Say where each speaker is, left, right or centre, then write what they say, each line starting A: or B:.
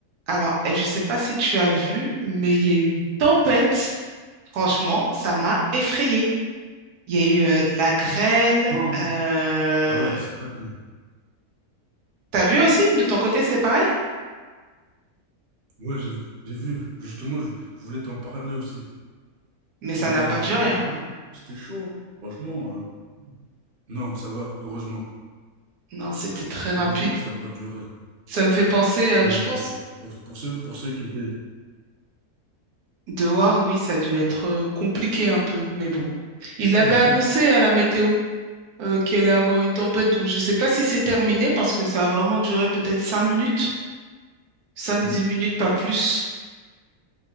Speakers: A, on the right; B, on the right.
A: Alors, euh, je sais pas si tu as vu, mais il y a eu une tempête. Franchement, ça m'a effrayée. Il y a eu euh, de la grêle.
B: Oh,
A: Euh...
B: ah ouais, c'est vrai que.
A: T'as vu aussi, de ton côté, c'était pareil?
B: Ouais, j'ai j'ai vu. Justement, je, je voulais t'en parler aussi.
A: Mais ça
B: Mais
A: n'a pas
B: j'avoue,
A: duré,
B: j'avoue,
A: hein.
B: c'était chaud. hein. Franchement, euh, non, ça va. Heureusement.
A: Non, c'était très
B: Heureusement
A: rapide.
B: que ça n'a pas duré.
A: Ça me fait penser, euh,
B: Mais euh,
A: je pense,
B: pour, pour, pour ceux, pour ceux qui étaient.
A: dehors, oui, ça a dû être euh, compliqué un peu, mais bon. Il l'avait
B: <laughs>
A: annoncé à la météo euh, qu'il allait avoir une tempête, donc je ne sais pas si c'est terminé parce que ça a vraiment duré peut-être cinq minutes, cinq
B: Mm,
A: dix minutes, pas plus,